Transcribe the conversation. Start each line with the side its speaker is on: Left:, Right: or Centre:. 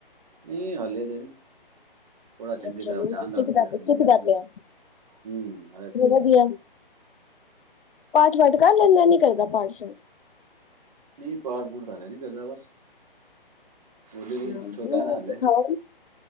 Right: ਨਹੀਂ ਹਲੇੇ ਦੇ ਨਹੀ। ਥੋੜ੍ਹਾ ਚੰਗੀ
Left: ਅੱਛਾ
Right: ਤਰ੍ਹਾਂ
Left: ਮਤਲਬ
Right: ਜਾਣ ਲੱਗ
Left: ਸਿੱਖਦਾ
Right: ਜਏਗਾ। ਫਿਰ ਮਿਲ
Left: ਸਿੱਖਦਾ ਪਿਆ
Right: <unintelligible> ਹ ਅ ਸ਼ਕ ਰਿ
Left: ਵਧੀਆ ਪਾਠ, ਪਾਠ ਕਰ ਲੈਂਦਾ ਨ ਕਰਦਾ ਪਾਠ- ਸ਼ਾਟ।
Right: ਨਹੀਂ। ਪਾਠ -ਪੁਠ ਤਾਂ ਹਾਲੇ ਨਹੀਂ ਕਰਦਾ ਬਸ
Left: ਅੱਛਾ
Right: ਬੋਲੀ ਲਈ
Left: ਨਹੀਂ
Right: ਛੋਟਾ ਨਾ ਹਾਲੇ।
Left: ਸਿਖਾਓ